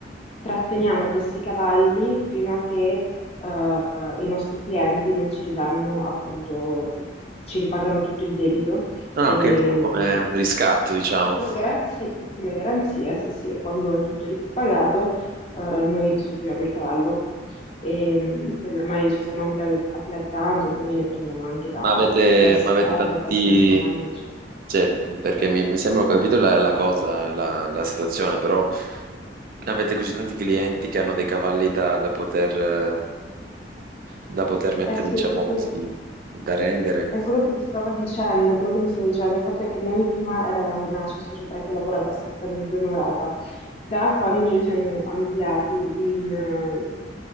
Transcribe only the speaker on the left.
tratteniamo questi cavalli fino a che eh, i nostri clienti non ci ridanno appunto, ci ripagano tutto il debito.
E,
mm,
come garanzia, come garanzia, sì, sì, e quando è tutto ripagato, eh, noi restituiamo il cavallo. E, mm, poi ormai ci siamo amplia- ampliati tanto, quindi ne prendiamo anche da
da esterni,
facciamo tipo maneggio.
Eh sì,
è quello che,
è quello che ti stavo dicendo, è quello che ti stavo dicendo. Il fatto è che noi prima eravamo una cioè, società che lavorava strettamente in Europa. Da quando ci siamo ampliati in,